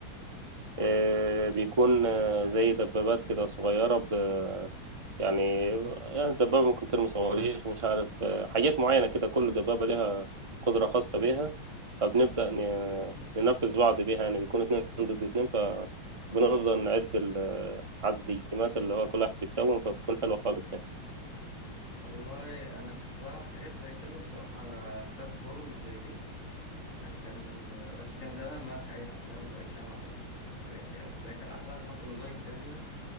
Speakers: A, on the right (about 25°); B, on the left (about 35°).
A: آه، بيكون آه، زي دبابات كده صغيرة ب- يعني يعني الدبابة ممكن ترمي صواريخ مش عارف آه، حاجات معينة كده كل دبابة ليها قدرة خاصة بيها فبنبدأ ن- ننفذ بعض بيها يعني بيكون اتنين ضد اتنين فبنفضل نعد ال- عدد الجيمات اللي هو كل واحد بيكسبهم فبتكون حلوة خالص يعني
B: والله أنا كنت بلعب حاجات زي كده الصراحة على بلاتفورم زي دي يعني كان بس كان زمان بقى الحقيقة أنا مبقتش ألعب الحاجات دي أوي بقيت ألعب بقى ألعاب أونلاين تانية